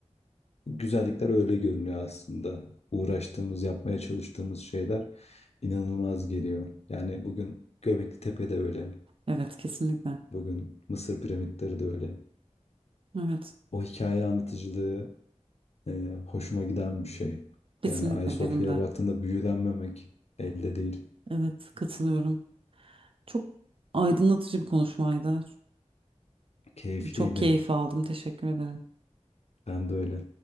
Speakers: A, on the left; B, on the right.
A: güzellikler öyle görünüyor aslında. Uğraştığımız, yapmaya çalıştığımız şeyler inanılmaz geliyor. Yani bugün Göbekli Tepe de öyle.
B: Evet, kesinlikle.
A: Bugün Mısır piramitleri de öyle.
B: Evet,
A: O hikaye anlatıcılığı e, hoşuma giden bir şey.
B: kesinlikle
A: Yani Ayasofya'ya
B: benim de.
A: baktığında büyülenmemek elde değil.
B: Evet, katılıyorum. Çok aydınlatıcı bir konuşmaydı.
A: Keyifliydi.
B: Çok keyif aldım. Teşekkür ederim.
A: Ben de öyle.